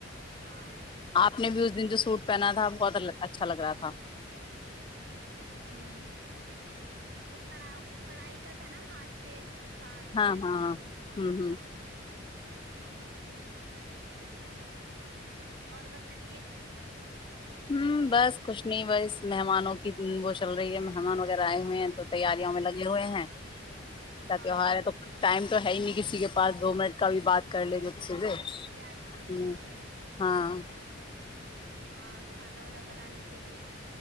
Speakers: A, on the right (about 60°); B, on the left (about 25°).
A: ہاں
B: آپ نے بھی اس دن جو سوٹ پہنا تھا بہت اچھا لگ رہا تھا
A: ہاں وہ کڑا کڑائی کا تھا نا ہاتھ سے کاٹتے
B: ہاں
A: ہیں
B: ہاں ہاں
A: اسی کا
B: ہوں ہ
A: ہاں اور بتائیے
B: ہوں بس کچھ نہیں بس مہمانوں کی وہ چل رہی ہے مہمان وغیرہ آئے ہوئے ہیں تو تیاریوں میں لگے ہوئے ہیں عید کا
A: ہاں
B: تہوہار ہے تو ک ٹائم تو ہے ہی نہیں کسی کے پاس دو منٹ کا بھی بات کر لے جو
A: پاس
B: کسی سے
A: نہیں آ لگے
B: ہ
A: ہوئے ہیں
B: ہاں
A: ہاں کھانا وانا بنانے کے لیے